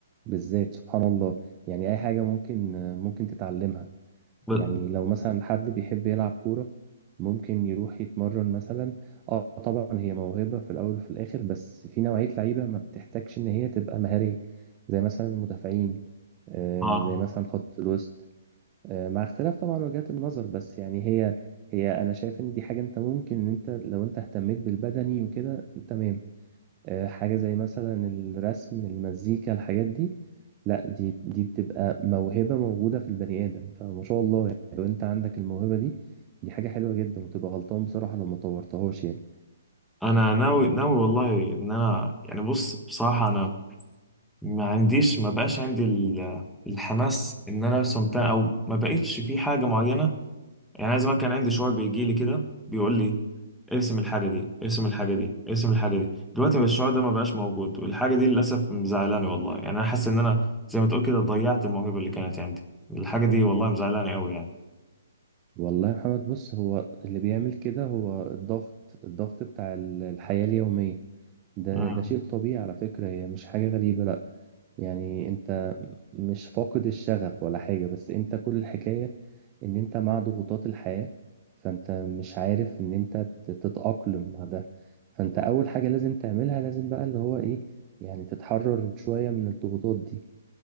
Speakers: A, on the right; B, in the centre.
A: بالذات سبحان الله يعني أي حاجة ممكن ممكن تتعلمها
B: ب-
A: يعني لو مثلا حد بيحب يلعب كورة ممكن يروح يتمرن مثلا اه طبعا هي موهبة في الأول وفي الآخر بس في نوعية لعيبة ما بتحتاجش إن هي تبقى مهارية زي مثلا المدافعين آه
B: اه
A: زي مثلا خط الوسط آه، مع اختلاف طبعا وجهات النظر بس يعني هي هي انا شايف ان دي حاجه انت ممكن ان انت لو انت اهتميت بالبدني وكده تمام آه، حاجه زي مثلا الرسم المزيكا الحاجات دي لا دي دي بتبقى موهبه موجوده في البني ادم فما شاء الله يعني لو انت عندك الموهبه دي دي حاجه حلوه جدا وتبقى غلطان بصراحه لو ما طورتهاش يعني
B: انا ناوي ناوي والله ان انا يعني بص بصراحة انا ما عنديش ما بقاش عندي ال- الحماس ان انا ارسم تا- او ما بقتش في حاجة معينة يعني أنا زمان كان عندي شعور بيجي لي كده بيقول لي ارسم الحاجة دي ارسم الحاجة دي ارسم الحاجة دي دلوقتي الشعور ده ما بقاش موجود والحاجة دي للأسف مزعلاني والله يعني أنا حاسس إن أنا زي ما تقول كده ضيعت الموهبة اللي كانت عندي الحاجة دي والله مزعلاني أوي يعني
A: والله يا محمد بص هو اللي بيعمل كده هو الضغط الضغط بتاع ال- الحياه اليوميه ده
B: آه
A: ده شيء طبيعي على فكره هي مش حاجه غريبه لا يعني انت مش فاقد الشغف ولا حاجة بس انت كل الحكاية ان انت مع ضغوطات الحياة فانت مش عارف ان انت ت- تتأقلم مع ده فانت اول حاجة لازم تعملها لازم بقى اللي هو ايه يعني تتحرر شوية من الضغوطات دي